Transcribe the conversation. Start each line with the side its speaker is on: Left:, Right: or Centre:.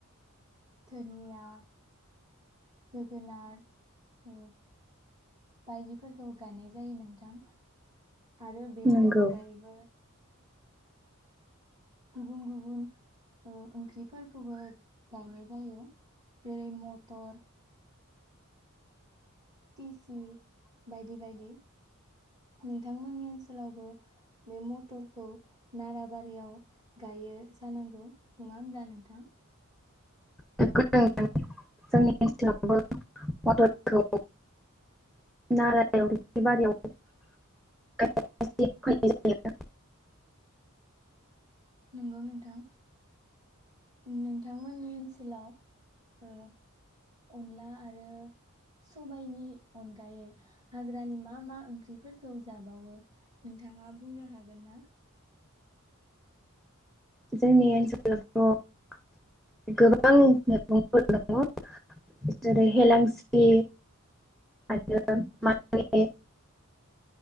Right: धोनिया जोगोनार ओम बायदिफोरखौ गायनाय जायो नोंथां आरो बेनि
Centre: नंगौ
Right: अनगायैबो गुबुन गुबुन ओ ओंख्रिफोरखौबो गायनाय जायो जेरै मटर टिसि बायदि बायदि नोंथांमोननि ओनसोलावबो बे मटरखौ नाराबारियाव गायो जानांगौ नङा होमब्ला नोंथां
Centre: नंगौ नोंथां जोंनि ओनसोलावबो मटरखौ नालायाव दुब्लि बारियाव फोनाय जायो
Right: नंगौ नोंथां नोंथांमोननि ओनसोलाव ओ अनला आरो सबायाइनि अनगायै हाग्रानि मा मा ओंख्रिफोरखौ जाबावो नोंथाङा बुंनो हागोन ना
Centre: जोंनि ओनसोलावथ' गोबां मैगंफोर दङ जेरै हेेलांसि आरो मानदे